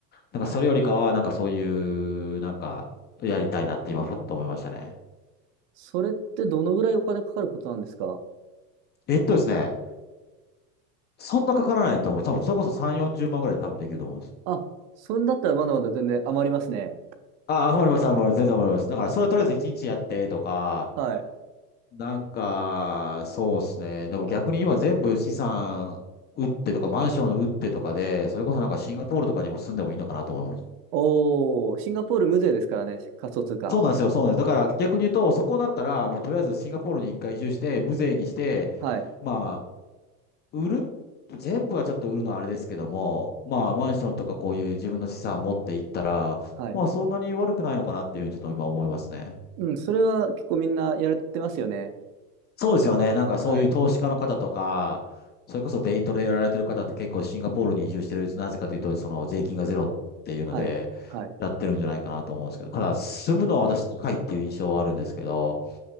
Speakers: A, on the left; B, on the right.
A: なんかそれよりかはなんかそういう、
B: はい。
A: なんかやりたいなって今パッと思いましたね。
B: それってどのぐらいお金かかることなんですか
A: えっとですね、そんなかからないと思う。多分それこそ3、40万ぐらいで多分できると思うんです。
B: あ、そんだったらまだまだ全然余りますね。
A: ああ、わかります、わかります。全然わかります。だから、それはとりあえず一日やってとか、
B: はい。
A: なんか、そうですね。でも逆に今全部資産売ってとか、マンション売ってとかで、それこそなんかシンガポールとかにも住んでもいいのかなと思います。
B: はい。おー、シンガポール無税ですからね、仮想通貨。
A: そうなんですよ、そうなんです。だから逆に言うと、そこだったら、もうとりあえずシンガポールに一回移住して、無税にして、
B: はい。
A: まあ、売る、全部はちょっと売るのはあれですけども、まあ、マンションとかこういう自分の資産持っていったら、
B: はい。
A: まあ、そんなに悪くないのかなっていうふうにちょっと今思いますね。
B: うん、それは結構みんなやれてますよね。
A: そうですよね。なんかそういう投資家の方とか、
B: はい。
A: それこそデイトレやられてる方って結構シンガポールに移住してる、なぜかというと、その税金がゼロっていうので、
B: はい。はい。
A: やってるんじゃないかなと思うんですけど、ただ住むのは私高いっていう印象はあるんですけど、